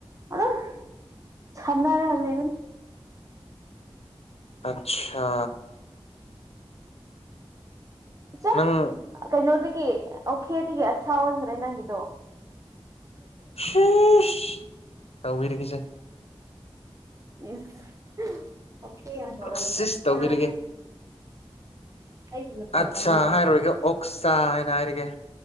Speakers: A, on the right; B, on the left.
A: ꯑꯥ ꯁꯥꯟꯅꯔꯒ ꯂꯩꯕꯅꯤ
B: ꯑꯠꯁꯥ
A: ꯆꯥ
B: ꯅꯪ
A: ꯀꯩꯅꯣꯗꯒꯤ ꯑꯣꯈꯦꯗꯒꯤ ꯑꯠꯁꯥ ꯑꯣꯟꯈ꯭ꯔꯦ ꯅꯪꯒꯤꯗꯣ
B: <unintelligible> ꯇꯧꯕꯤꯔꯒꯦꯁꯦ
A: ꯏꯁ ꯑꯣꯈꯦ ꯌꯥꯝ <unintelligible>
B: ꯁꯤꯁ ꯇꯧꯕꯤꯔꯒꯦ
A: ꯑꯩꯒꯤ ꯃꯇꯧ
B: ꯑꯠꯆꯥ
A: ꯇꯝꯕ ꯍꯧꯔꯅꯤ
B: ꯍꯥꯏꯔꯣꯏꯒꯦ ꯑꯣꯛꯆꯥꯥ ꯍꯥꯏꯅ ꯍꯥꯏꯔꯒꯦ